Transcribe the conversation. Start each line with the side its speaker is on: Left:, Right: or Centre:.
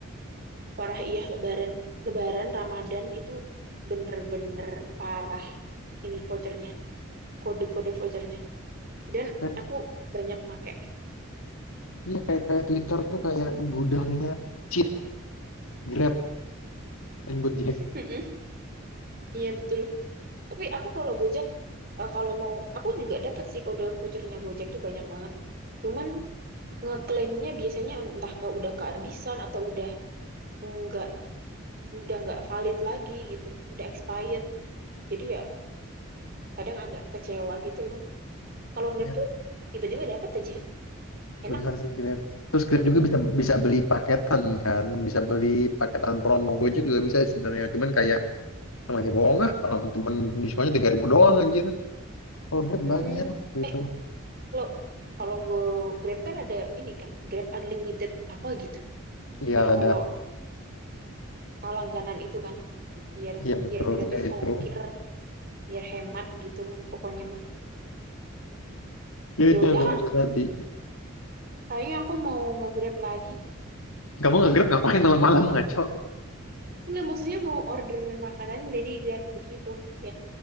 Right: <clears throat> parah iya Lebaran Lebaran Ramadan itu bener-bener parah ini vouchernya kode-kode vouchernya dan
Left: Kayak,
Right: aku banyak make
Left: iya kayak kayak Twitter tuh kayak gudangnya cheat Grab dan Gojek.
Right: <laughs> iya betul Tapi aku kalau Gojek, eh, kalau mau, aku juga dapat sih kode vouchernya Gojek tuh banyak banget. Cuman ngeklaimnya biasanya entah ke udah kehabisan atau udah nggak udah nggak valid lagi gitu, udah expired. Jadi ya kadang agak kecewa gitu loh. Kalau Grab
Left: Ya,
Right: tuh tiba-tiba dapat aja, enak.
Left: benar sih Grab. Terus Grab
Right: Grab.
Left: juga bisa bisa beli paketan kan, bisa beli paketan promo. Gojek juga bisa sebenarnya. Cuman kayak namanya bohong ah, kalau cuman diskonnya 3.000 doang anjir. Kalau Grab
Right: Hmm,
Left: banyak gitu.
Right: eh kalau kalau gue Grab kan ada ini kan, Grab Unlimited apa gitu,
Left: Iya
Right: yang
Left: ada.
Right: kalau langganan itu kan biar
Left: Iya betul.
Right: biar gratis
Left: Iya itu.
Right: ongkir biar hemat gitu mah pokoknya mah
Left: Ya
Right: ya
Left: itu
Right: udah
Left: yang gue
Right: kak
Left: maksud tadi.
Right: kayaknya aku mau nge-grab lagi
Left: Kamu nge-Grab ngapain malam-malam ngaco?
Right: nggak maksudnya mau order makanan dari grab begitu ya